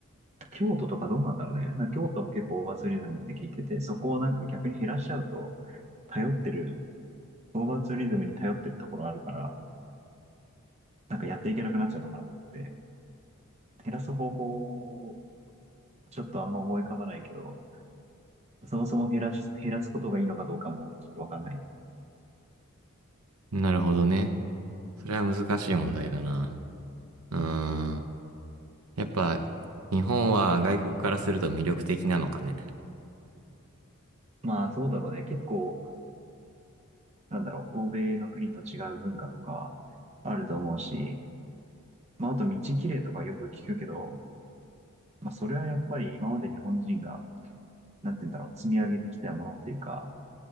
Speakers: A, on the right; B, on the right.
A: 京都とかどうなんだろうね。なんか京都も結構オーバーツーリズムって聞いてて、そこをなんか逆に減らしちゃうと、頼ってる、オーバーツーリズムに頼ってるところあるから、なんかやっていけなくなっちゃうのかなと思って、減らす方法、ちょっとあんま思い浮かばないけど、そもそも減らし、減らすことがいいのかどうかもちょっとわかんない。
B: なるほどね。それは難しい問題だな。うーん。やっぱ、日本は外国からすると魅力的なのかね。
A: まあそうだろうね。結構、なんだろう、欧米の国と違う文化とかあると思うし、まああと道きれいとかよく聞くけど、まあそれはやっぱり今まで日本人が、なんて言うんだろう、積み上げてきたものっていうか、